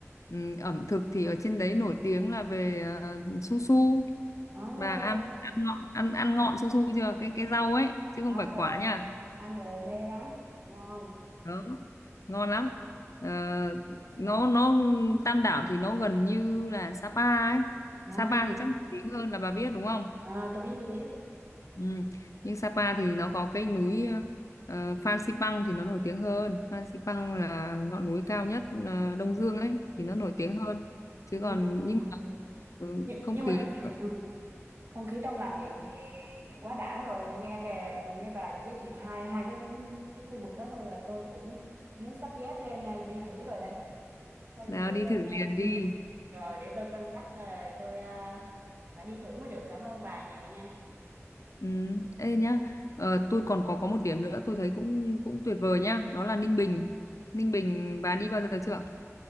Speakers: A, on the left; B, on the right.
A: ừm, ẩm thực thì ở trên đấy nổi tiếng là về ờ, su su.
B: à,
A: Bà ăn ăn ngọn ăn ăn ngọn su su chưa? Cái cái rau ấy chứ không
B: ăn
A: phải
B: rồi
A: quả nha.
B: ăn rồi mê lắm ngon
A: đó ngon lắm Ờ, nó nó Tam Đảo thì nó gần như là Sapa ấy
B: à,
A: Sapa thì chắc nổi tiếng hơn là bà biết đúng không
B: à tôi biết tôi biết
A: ừ. nhưng Sapa thì nó có cái núi uh, Phan Xipang thì nó nổi tiếng hơn Phan Xipang
B: ừ.
A: là ngọn núi cao nhất ờ, Đông Dương ấy
B: ừ.
A: thì nó nổi tiếng hơn chứ
B: nhưng
A: còn nhưng
B: ừ.
A: mà
B: ừ.
A: ừ,
B: nhưng
A: không
B: nhưng
A: khí
B: mà kìa,
A: ừ,
B: ừ. không khí trong lành vậy thì quá đã rồi nghe bà nghe bà giới thiệu hai hai cái cái khu vực đó thôi là tôi cũng muốn xách dép lên à, đi thử rồi đây thôi
A: nào
B: thì để
A: đi
B: tôi
A: thử liền
B: à, ừ
A: đi
B: rồi để tôi cân nhắc rồi tôi à, phải đi thử mới được cảm ơn bà nhiều nha
A: Ừ, ê nhá, ờ, tôi còn có có một điểm nữa tôi thấy cũng cũng tuyệt vời nhá, đó là Ninh Bình. Ninh Bình bà đi bao giờ chưa?